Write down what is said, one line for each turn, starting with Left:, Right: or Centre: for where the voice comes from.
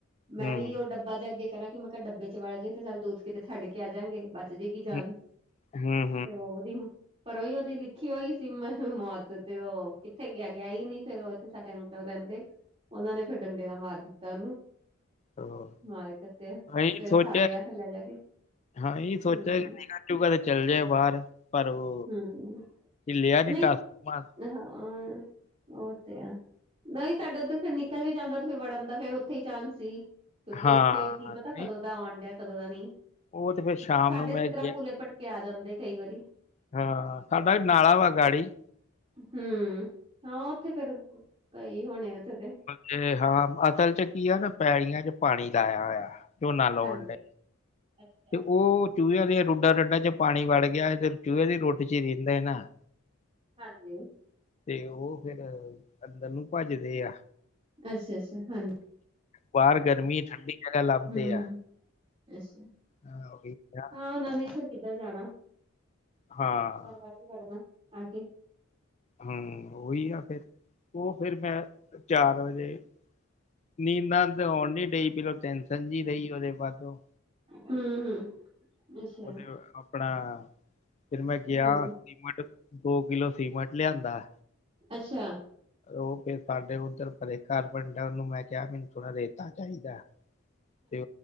Right: ਮੈਂ
Left: ਹੂੰ
Right: ਵੀ ਉਹ ਡੱਬਾ ਜਾ ਅਗੇ ਕਰਾਂ ਕਿ ਮੈਂ ਕਿਹਾ ਡੱਬੇ ਚ ਵੜ ਜਾੇ ਤੇ ਚੱਲ ਦੂਰ ਕਿਤੇ ਛੱਡ ਕੇ ਆ ਜਾਂਗੇ ਬਸ ਦੇ ਕੀ ਜਾਣ
Left: ਹੂੰ ਹੂੰ
Right: ਤੇ ਉਹਦੀ ਪਰ ਉਹੀ ਉਹਦੀ ਲਿਖੀ ਹੋਈ ਸੀ ਮੈਂ ਮੌਤ ਤੇ ਉਹ ਕਿੱਥੇ ਗਿਆ ਗਿਆ ਹੀ ਨ ਫੇਰ ਉਹ ਇੱਥੇ ਸਾਡੇ ਅੰਕਲ ਰਹਿੰਦੇ ਉਹਨਾਂ ਨੇ ਫਿਰ ਡੰਡੇ ਦਾ ਮਾਰ ਦਿੱਤਾ ਉਹਨੂੰ।
Left: ਹਾਂ
Right: ਮਾਰ ਕੱਟਿਆ
Left: ਅਸੀਂ
Right: ਫੇਰ
Left: ਸੋਚਿਆ
Right: ਸਾੜਿਆ
Left: ਸੀ
Right: ਫੇਰ ਲੈ ਜਾ ਕੇ
Left: ਹਾਂ ਇਹ ਸੋਚਿਆ
Right: ਹੂੰ
Left: ਕਿ ਨਿਕਲ ਜੂਗਾ ਤੇ ਚੱਲ ਜਾਏ ਬਾਰ ਪਰ ਉਹ
Right: ਹੂੰ
Left: ਹਿਲਿਆ ਨੀ
Right: ਨਹੀਂ
Left: ਟਸਕ-ਮਸਕ।
Right: ਹਾਂ ਉਹ ਤੇ ਹੈ ਨਈ ਤੁਹਾਡੇ ਉਧਰ ਨਿਕਲ ਵੀ ਜਾਂਦਾ ਤੇ ਫੇਰ ਵੜਨ ਦਾ ਫੇਰ ਉੱਥੇ ਹੀ ਚਾਂਸ ਸੀ ਕਿਉਂਕਿ
Left: ਹਾਂ
Right: ਉੱਥੇ ਕੀ ਪਤਾ
Left: ਨਹੀਂ
Right: ਕਦੋਂ ਦਾ ਆਉਣ ਡਿਆ। ਕਦੋਂ ਦਾ ਨੀ
Left: ਉਹ ਤੇ ਫੇਰ ਸ਼ਾਮ
Right: ਸਾਡੇ
Left: ਨੂੰ ਮੈਂ
Right: ਤੇ ਤਰ੍ਹਾਂ
Left: ਗਿਆ
Right: ਪੂਲੇ ਭਟਕੇ ਆ ਜਾਂਦੇ ਕਈ ਵਾਰੀ।
Left: ਹਾਂ ਸਾਡਾ ਵੀ ਨਾਲਾ ਵਾ ਗਾਡੀ।
Right: ਹਮ ਹਾਂ ਉੱਥੇ ਫੇਰ ਕਈ ਹੋਣੇ ਉੱਥੇ ਤੇ।
Left: ਤੇ ਹਾਂ ਅਸਲ ਚ ਕੀ ਆ ਨਾ ਪੈੜੀਆਂ ਚ ਪਾਣੀ ਲਾਇਆ ਹੋਇਆ ਝੋਨਾ ਲਾਉਣ
Right: ਹਾਂਜੀ,
Left: ਡੇ।
Right: ਅੱਛਾ,
Left: ਤੇ ਉਹ ਚੂਹਿਆਂ ਦੇ ਰੂਡਾ ਰਡਾ ਚ ਪਾਣੀ ਵੜ ਗਿਆ ਫਿਰ ਚੂਹੇ ਦੀ ਰੁਟ ਚ ਹੀ ਰਹਿੰਦਾ ਹੈ ਨਾ।
Right: ਹਾਂਜੀ
Left: ਤੇ ਉਹ ਫੇਰ ਅੰਦਰ ਨੂੰ ਭੱਜਦੇ ਆ।
Right: ਅੱਛਾ-ਅੱਛਾ ਹਨ
Left: ਬਾਰ ਗਰਮੀ ਠੰਡੀ ਜਗ੍ਹਾ ਲੱਭਦੇ
Right: ਹੂੰ-ਹੂੰ,
Left: ਆ।
Right: ਅੱਛਾ
Left: ਐ ਹੋ <unintelligible>
Right: ਉਹਨਾਂ ਨੇ ਫਿਰ ਕਿੱਧਰ ਜਾਣਾ
Left: ਹਾਂ
Right: ਘਰ ਵੱਲ ਹੀ ਵੜਨਾ ਆ ਕੇ।
Left: ਹਮ ਉਹੀ ਆ ਫਿਰ ਉਹ ਫੇਰ ਮੈਂ ਚਾਰ ਵਜੇ ਨੀਦਰ ਤੇ ਓਨ ਨੀ ਡਈ ਪੇਲੋ ਟੈਨਸ਼ਨ ਜੀ ਰਹੀ ਓਦੇ ਬਾਦੋ।
Right: ਹੂੰ-ਹੂੰ ਅੱਛਾ।
Left: ਉਹਦੇ ਆਪਣਾ ਫੇਰ ਮੈਂ ਗਿਆ
Right: ਹਾਂਜੀ।
Left: ਸੀਮਟ ਦੋ ਕਿਲੋ ਸੀਮਿੰਟ ਲਿਆਂਦਾ।
Right: ਅੱਛਾ
Left: ਉਹ ਫੇਰ ਸਾਡੇ ਉੱਧਰ ਪਰੇ ਘਰ ਬੰਦਾ ਉਹਨੂੰ ਮੈਂ ਕਿਹਾ ਮੈਨੂੰ ਥੋੜਾ ਰੇਤਾ ਚਾਹੀਦਾ।
Right: <inaudible>
Left: ਤੇ